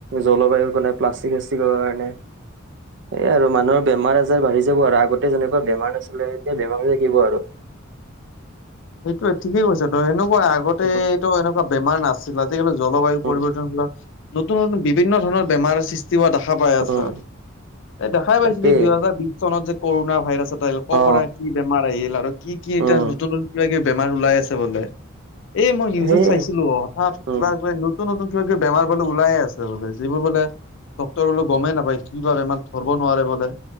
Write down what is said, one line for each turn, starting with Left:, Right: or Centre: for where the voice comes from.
Right: জলবায়ুৰ, কাৰণে প্লাষ্টিক, চাষ্টিকৰ কাৰণে- সে আৰু মানুহৰ বেমাৰ আজাৰ বাঢ়ি যাব আৰু আগতে যেনেকোৱা বেমাৰ নাছিলে এতিয়া বেমাৰ থাকিব আৰু
Left: সেইটোয়ে ঠিকেই কৈছা ত সেনেকোৱা আগতে
Right: উম
Left: এইটো এনেকোৱা বেমাৰ নাছিল বাত তেতিয়াহলে জলবায়ু
Right: উম
Left: পৰিৱৰ্তন নতুন নতুন বিভিন্ন ধৰণৰ বেমাৰৰ সৃষ্টি হোৱা দেখা পাই আছা
Right: উম
Left: এই দেখাই
Right: তাকেই
Left: পাইছিলো এই দুইহেজাৰ বিশ চনত যে কৰোনা ভাইৰাছ ক'
Right: অ
Left: পৰা কি বেমাৰ আহিল আৰু কি কি এতিয়া
Right: উম
Left: নতুন নতুন কিবা কিবি বেমাৰ ওলাই আছে বোলে এ মই নিউজত
Right: সেইয়ে
Left: চাইছিলো অ হঠাৎ
Right: উম
Left: কিবা কিবা নতুন- নতুন বেমাৰ পালো ওলাইয়ে আছে বোলে যিবোৰ বোলে ডক্তৰ বোলে গমেই নাপায় কি বা বেমাৰ ধৰিব নোৱাৰে বোলে